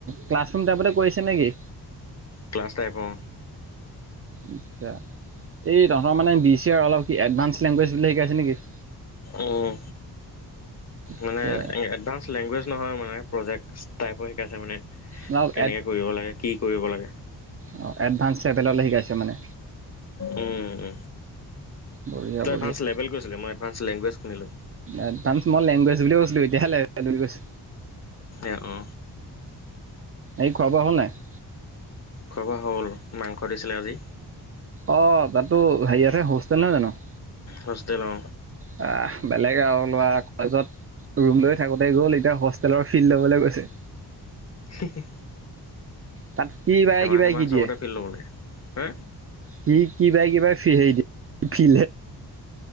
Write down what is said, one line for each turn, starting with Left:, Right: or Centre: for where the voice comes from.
Right: ক্লাছৰুম টাইপতে কৰিছে নেকি?
Left: ক্লাছ টাইপ অ,
Right: আচ্ছা এই তহঁতৰ মানে বি চি অলপ কি এডভানস লেংগুৱেজ বিলাম শিকাইছে নেকি?
Left: উম, মানে
Right: আচ্ছা
Left: এডভাঞ্চ লেংগুৱেজ নহয় মানে প্ৰজেক্ট টাইপৰ শিকাইছে মানে
Right: অলপ
Left: কেনেকে কৰিব লাগে কি কৰিব লাগে?
Right: অ, এডভানঞ্চ লেভেললে শিকাইছে মানে।
Left: উম
Right: বঢ়িয়া
Left: তই
Right: বঢ়িয়া
Left: এডভাঞ্চ লেভেল কৈছিলি মই এডভাঞ্চ লেংগুৱজ শুনিলো।
Right: এ্মল লেংগুৱেজ বুলি কৈ এতিয়াহে বুলি কৈচো।
Left: এ অ,
Right: এই খোৱা বোৱা হ'ল নাই।
Left: খোৱা বোৱা হ'ল মাংস দিছিলে আজি।
Right: অ, তাতো হেৰি য়ত হে হোষ্টেল নহয় জানো?
Left: হোষ্টেল অ,
Right: বাহ বেলেগ আৰু লৰা কলেজত ৰুম লৈ থাকোতে গ'ল এতিয়া হোষ্টেলৰ ফিল্ড ল'বলৈ গৈছে।
Left: হি-হি।
Right: তাত কি বাই
Left: এমাহ-এমাহ
Right: কিবাই কি
Left: চবতে
Right: দিয়ে
Left: ফিল ল'ব লাগে হা
Right: কি কিবা-কিবা হে ফিল হে